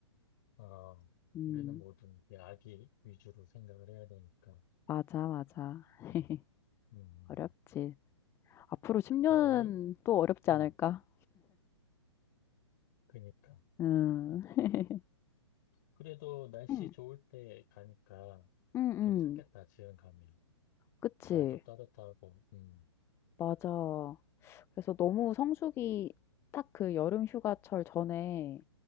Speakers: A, on the left; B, on the left.
A: 아,
B: 음.
A: 우리는 모든 이 아기 위주로 생각을 해야 되니까.
B: 맞아, 맞아. <laughs>
A: 음, 음.
B: 어렵지. 앞으로 10 년은
A: 그 어느,
B: 또 어렵지
A: 음,
B: 않을까?
A: 그니까.
B: 음.
A: 음,
B: <laughs>
A: 그래도 날씨
B: 음.
A: 좋을 때 가니까
B: 음음.
A: 괜찮겠다, 지금 가면.
B: 그치.
A: 날도 따뜻하고, 음,
B: 맞아. 그래서 너무 성수기 딱 그 여름 휴가철 전에